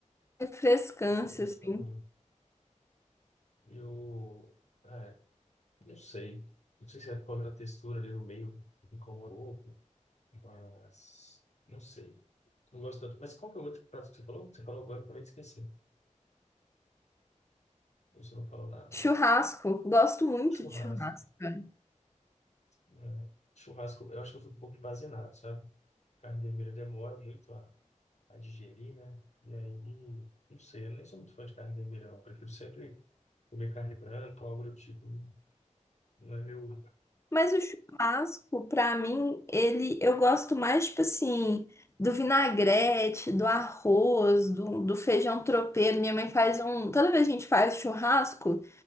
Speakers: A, on the left; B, on the left.
A: refrescância,
B: não sou muito
A: assim.
B: fã, não. Eu, é, não sei. Não sei se é por causa da textura ali no meio me incomoda um pouco, mas não sei. Não gosto tanto. Mas qual que é o outro prato que você falou? Você falou agora, eu também esqueci. Você não falou nada.
A: Churrasco, gosto muito
B: Churrasco.
A: de churrasco, cara.
B: É. Churrasco, eu acho que eu fico um pouco embazinado, sabe? Carne vermelha demora muito a, a digerir, né? E aí, não sei, eu nem sou muito fã de carne vermelha, não. Eu prefiro sempre comer carne branca, algo do tipo, não é meu.
A: Mas o churrasco, pra mim, ele eu gosto mais, tipo assim, do vinagrete, do arroz, do, do feijão tropeiro. Minha mãe faz um. Toda vez que a gente faz churrasco,